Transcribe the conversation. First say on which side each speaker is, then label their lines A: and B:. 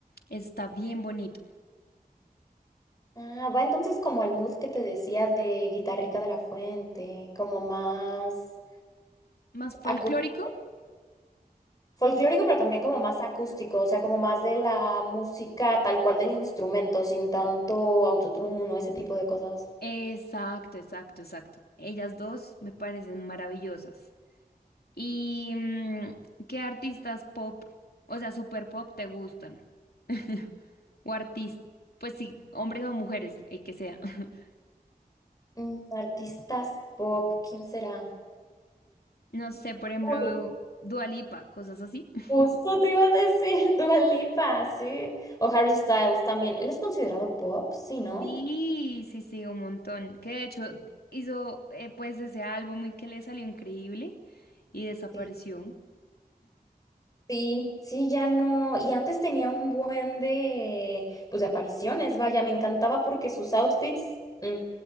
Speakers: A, on the left; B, on the left.
A: está bien bonito.
B: Ah, va entonces como al mood que te decía de Guitarrica de la Fuente, como más
A: Más folclórico,
B: acústico. Folclórico, pero también como más acústico, o sea, como más de la música tal cual del instrumento, sin tanto autotune o ese tipo de cosas.
A: exacto, exacto, exacto. Ellas dos me parecen maravillosas. ¿Y mm, qué artistas pop, o sea, super pop, te gustan? <laughs> O artistas, pues sí, hombres o mujeres, el que sea. <laughs>
B: Mm, artistas pop, ¿quién será?
A: No sé, por ejemplo,
B: Uy,
A: Dua Lipa, cosas así. <laughs>
B: justo te iba a decir, <laughs> Dua Lipa, sí. O Harry Styles también. Él es considerado pop, sí, ¿no?
A: Sí, sí, sí, un montón. Que de hecho hizo eh, pues ese álbum y que le salió increíble y desapareció.
B: Sí. Sí, sí, ya no. Y antes tenía un buen de, pues, de apariciones, vaya, me encantaba porque sus outfits, mm,